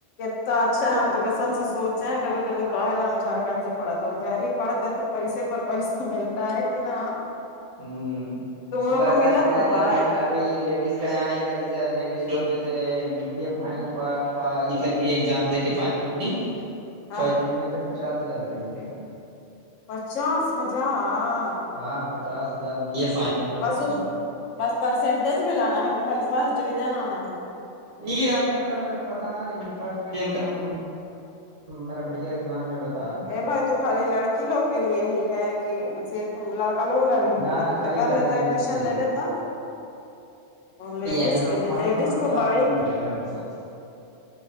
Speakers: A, on the left; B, on the right.
A: کتا اچھا ہے ہم تو کسم سے سوچے ہیں کبھی کبھی کہل ہم جھارکھنڈ سے پڑھے تھے ا دھر ہی پڑھتے تو پیسے پر پیسہ ملتا ہے کہ نہ
B: ہم
A: تم
B: اگا
A: لوگ کو
B: گاچی
A: ملا
B: کا
A: تھا
B: ہے ج
A: بھائی
B: ابھی ابھی لیڈیز کا یہاں ایک کر دی سا ری لیڈیز لوگ جیسے یہ پھائنل پ پ یہ کرے گی ایگزام دے کے فائنل ہوگی
A: ہاں
B: فرسٹ ڈویژن سے پچاس ہزار روپئے ملے گا
A: پچاس ہجار
B: ہاں پچاس ہجار B A final first
A: بس
B: ڈویژن
A: اس
B: کا
A: بس پرسینٹیج بھی لانا ہے کہ خالی فرسٹ ڈویژن آنا ہے
B: یہی ہم اتنا میرے پتہ نا لیکن فرسٹ ڈویژن کا ہم میرے بھیا ایگزام میں بتا رہے
A: یہ بھائی تو خالی لڑکی لوگ کے لیے ہی ہے کہ صرف لڑکا لوگ
B: تھے
A: بھی
B: نہ
A: ہے نا
B: نہ
A: تو
B: خالی
A: کر
B: لاڑی
A: لیتا
B: لیڈیز
A: ایڈمیشن
B: کے لیے
A: لے لیتا اور لیڈیز
B: ہم لوگ
A: کے لیے
B: پانچ
A: لیڈیز
B: سو نمبر
A: کو
B: لا
A: بڑی
B: دیں گے تو نہیں ملے گا ہم لوگ کو